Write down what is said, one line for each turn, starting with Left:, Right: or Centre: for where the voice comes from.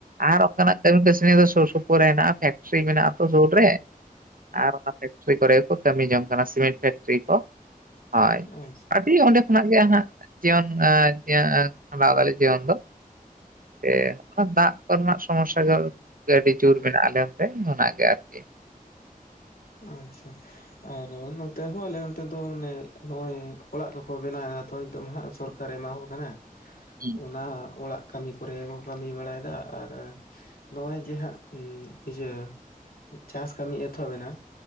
Right: ᱟᱨ ᱚᱱᱠᱟᱱᱟᱜ ᱠᱟᱹᱢᱤ ᱠᱟᱹᱥᱱᱤ ᱫᱚ ᱥᱩᱨ ᱥᱩᱯᱩᱨ ᱨᱮ ᱦᱮᱱᱟᱜ-ᱟ ᱯᱷᱮᱠᱴᱨᱤ ᱢᱮᱱᱟᱜ-ᱟ ᱛᱚ ᱥᱩᱨ ᱨᱮ᱾ ᱟᱨ ᱚᱱᱟ ᱯᱷᱮᱠᱴᱨᱤ ᱠᱚᱨᱮ ᱠᱚ ᱠᱟᱹᱢᱤ ᱡᱚᱝ ᱠᱟᱱᱟ ᱥᱤᱢᱮᱱᱴ ᱯᱷᱮᱠᱴᱨᱤ ᱠᱚ ᱦᱳᱭ
Left: ᱟᱪᱪᱷᱟ
Right: ᱟᱹᱰᱤ ᱚᱸᱰᱮ ᱠᱷᱚᱱᱟᱜ ᱜᱮ ᱦᱟᱸᱜ ᱡᱤᱭᱚᱱ ᱟᱠ ᱡᱤᱵᱚᱱ ᱫᱚ ᱠᱷᱟᱰᱟᱣ ᱫᱟᱲᱮᱭᱟᱜ-ᱟ᱾ ᱟᱨ ᱚᱱᱟ ᱫᱟᱜ ᱠᱚᱨᱮᱱᱟᱜ ᱥᱚᱢᱚᱥᱥᱟ ᱫᱚ ᱟᱹᱰᱤ ᱡᱳᱨ ᱢᱮᱱᱟᱜ ᱟᱞᱮ ᱚᱱᱛᱮ ᱚᱱᱟᱜᱮ ᱟᱨᱠᱤ᱾
Left: ᱟᱪᱪᱷᱟ ᱟᱨ ᱱᱚᱛᱮ ᱦᱚᱸ ᱟᱞᱮ ᱱᱚᱛ ᱫᱚ ᱱᱚ-ᱜᱚᱭ ᱚᱲᱟᱜ ᱠᱚᱠᱚ ᱵᱮᱱᱟᱣ ᱮᱫᱟ ᱛᱚ ᱱᱤᱛᱚᱜ ᱦᱟᱸᱜ ᱥᱚᱨ ᱥᱚᱨᱠᱟᱨ ᱮᱢᱟᱣᱟ ᱠᱚ ᱠᱟᱱᱟ
Right: ᱦᱩᱸ
Left: ᱚᱱᱟ ᱚᱲᱟᱜ ᱠᱟᱹᱢᱤ ᱠᱚᱨᱮ ᱠᱚ ᱠᱟᱹᱢᱤ ᱵᱟᱲᱟᱭᱮᱫᱟ ᱟᱨ ᱱᱚᱜ-ᱚᱭ ᱡᱮ ᱦᱟᱸᱜ ᱤᱭᱟᱹ ᱪᱟᱥ ᱠᱟᱹᱢᱤ ᱮᱛᱚᱦᱚᱵ ᱮᱱᱟ᱾